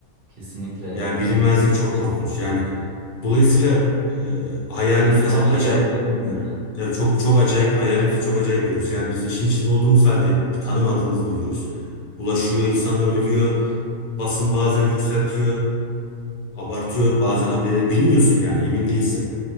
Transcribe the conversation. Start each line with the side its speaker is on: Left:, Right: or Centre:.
Right: Kesinlikle
Left: Yani
Right: evet.
Left: bilinmezlik çok korkunç. Yani dolayısıyla e, hayalimizde
Right: İnsan
Left: çok
Right: her şeyi
Left: acayip
Right: yaptırabilir
Left: Heh,
Right: değil mi?
Left: tabii çok çok acayip hayalimizde çok acayip virüs. Yani biz işin içinde olduğumuz halde tanımadığımız bir virüs. Bulaşıyor, insanlar ölüyor. Basın bazen yükseltiyor abartıyor bazen haberi bilmiyorsun yani emin değilsin.